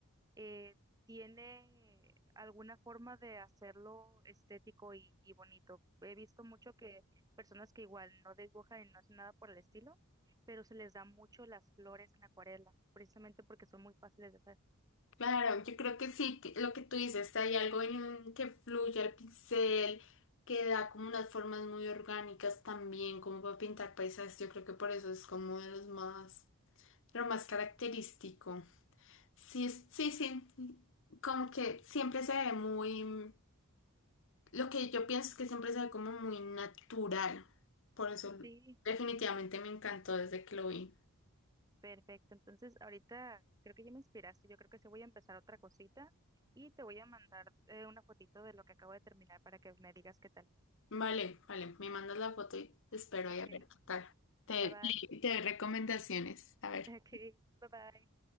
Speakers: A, on the right; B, on the left.
A: eh, tiene alguna forma de hacerlo estético y, y bonito. He visto mucho que personas que igual no dibujan y no hacen nada por el estilo, pero se les da mucho las flores en acuarela, precisamente porque son muy fáciles de hacer.
B: Claro, yo creo que sí, que lo que tú dices, hay algo en que fluye el pincel, que da como unas formas muy orgánicas también, como para pintar paisajes, yo creo que por eso es como de los más, lo más característico. Sí, es- sí, sí, como que siempre se ve muy, lo que yo pienso es que siempre se ve como muy natural, por eso
A: Sí,
B: definitivamente me encantó desde que lo vi.
A: perfecto. Entonces, ahorita creo que ya me inspiraste. Yo creo que sí voy a empezar otra cosita y te voy a mandar eh, una fotito de lo que acabo de terminar para que me digas qué tal.
B: Vale, vale, me mandas la foto y te espero
A: Ok,
B: ahí a ver qué tal. Te,
A: bye bye.
B: te doy recomendaciones, a ver.
A: <laughs> Ok, bye bye.